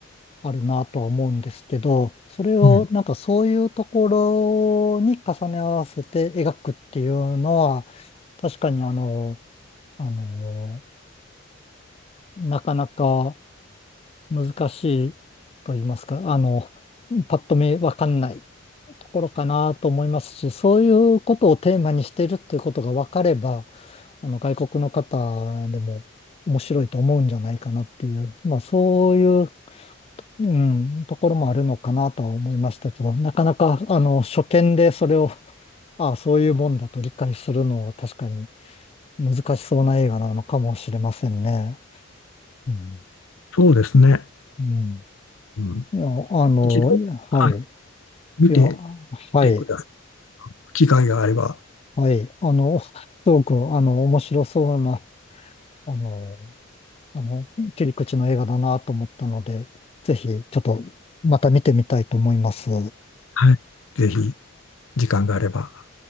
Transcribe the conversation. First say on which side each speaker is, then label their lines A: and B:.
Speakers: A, on the left; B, on the left.
A: あるなとは思うんですけど、それをなんかそういうとこ
B: うん、
A: ろに重ね合わせて描くっていうのは、確かにあの、あの、なかなか難しいと言いますか、あの、パッと見わかんないところかなと思いますし、そういうことをテーマにしているっていうことが分かれば、あの外国の方でも面白いと思うんじゃないかなっていう、まあそういう、うん、ところもあるのかなとは思いましたけど、なかなかあの初見でそれを、ああ、そういうもんだと理解するのは確かに難しそうな映画なのかもしれませんね。うん。
B: そうですね。
A: うん。
B: うん、
A: いや、あの、
B: 一度、
A: いやはい。
B: はい、見てっ
A: いや、はい。
B: てください。機会があれば、
A: はい。あの、すごく、あの、面白そうなあの、あの、切り口の映画だなと思ったので、ぜひちょっとまた見てみたいと思います。
B: はい、ぜひ、時間があれば。